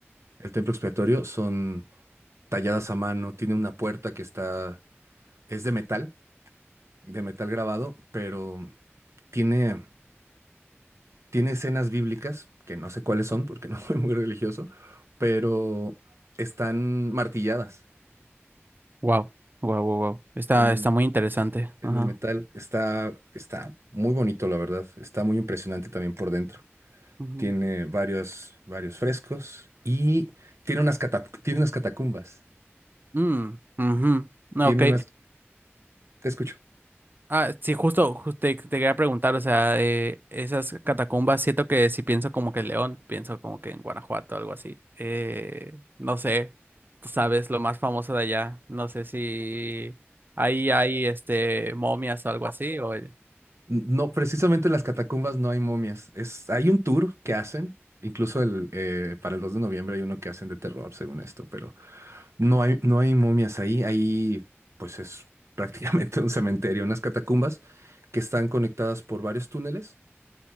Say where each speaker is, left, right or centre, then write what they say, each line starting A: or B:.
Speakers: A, on the right; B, on the right.
A: el templo expiatorio son talladas a mano, tiene una puerta que está, es de metal, de metal grabado, pero tiene Tiene escenas bíblicas, que no sé cuáles son porque no <laughs> soy muy religioso, pero están martilladas
B: Wow. Wow, wow, wow. Está,
A: en el,
B: está muy interesante.
A: en
B: Ajá.
A: el metal. Está, está muy bonito, la verdad. Está muy impresionante también por dentro.
B: Ujú.
A: Tiene varios, varios frescos y tiene unas, cata- tiene unas catacumbas.
B: Mm, ujú. No,
A: Tiene
B: Ok.
A: unas... Te escucho.
B: Ah, sí, justo, justo te, te quería preguntar, o sea, eh, esas catacumbas, siento que si pienso como que en León, pienso como que en Guanajuato o algo así. Eh, no sé, tú sabes, lo más famoso de allá, no sé si ahí hay este momias o algo así, o
A: No, precisamente en las catacumbas no hay momias. Es, hay un tour que hacen, incluso el, eh, para el 2 de noviembre hay uno que hacen de terror, según esto, pero No hay, no hay momias ahí, ahí pues es <laughs> prácticamente un cementerio, unas catacumbas que están conectadas por varios túneles